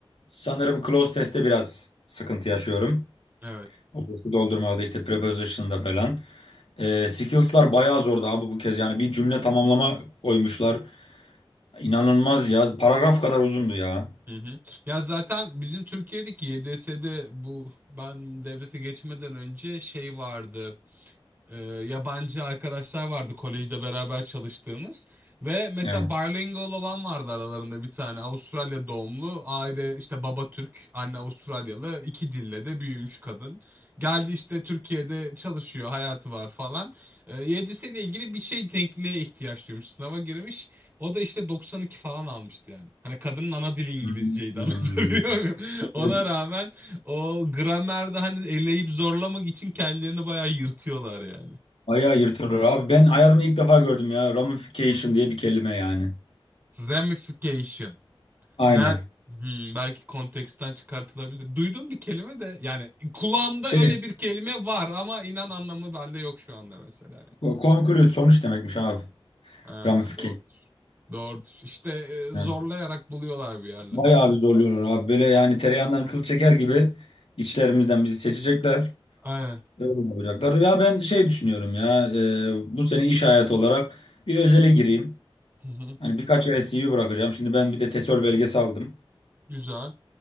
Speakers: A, on the left (about 85°); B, on the right (about 20°).
A: sanırım close test'te biraz sıkıntı yaşıyorum.
B: Evet.
A: Boşu doldurmada işte preposition'da falan. Ee, skills'lar bayağı zordu abi bu kez. Yani bir cümle tamamlama koymuşlar. İnanılmaz ya. Paragraf kadar uzundu ya.
B: Hı hı. Ya zaten bizim Türkiye'deki YDS'de bu ben devlete geçmeden önce şey vardı. e, yabancı arkadaşlar vardı kolejde beraber çalıştığımız ve mesela
A: Evet.
B: bilingual olan vardı aralarında bir tane Avustralya doğumlu aile işte baba Türk anne Avustralyalı iki dille de büyümüş kadın geldi işte Türkiye'de çalışıyor hayatı var falan e, YDS'yle ilgili bir şey denkliğe ihtiyaç duymuş sınava girmiş o da işte 92 falan almıştı yani hani kadının ana dili İngilizceydi
A: Hmm.
B: <laughs> anlatabiliyor muyum ona
A: Evet.
B: rağmen o gramerde hani eleyip zorlamak için kendilerini bayağı yırtıyorlar yani.
A: Bayağı yırtılır abi. Ben hayatımda ilk defa gördüm ya. Ramification diye bir kelime yani.
B: Ramification.
A: Aynen.
B: Ne? Hmm, belki konteksten çıkartılabilir. Duyduğum bir kelime de yani kulağımda
A: Şey,
B: öyle bir kelime var ama inan anlamı bende yok şu anda mesela. yani.
A: co- conclude sonuç demekmiş abi.
B: Ha,
A: Ramification.
B: doğrudur. Doğrudur. İşte e, zorlayarak
A: Yani
B: buluyorlar bir yerlerden.
A: bayağı
B: yani.
A: bir zorluyorlar abi. Böyle yani tereyağından kıl çeker gibi içlerimizden bizi seçecekler.
B: Aynen.
A: Öyle yapacaklar. Ya ben şey düşünüyorum ya e, bu sene iş hayatı olarak bir özele gireyim.
B: Hı hı.
A: Hani birkaç yere CV bırakacağım. Şimdi ben bir de TESOL belgesi aldım.
B: Güzel.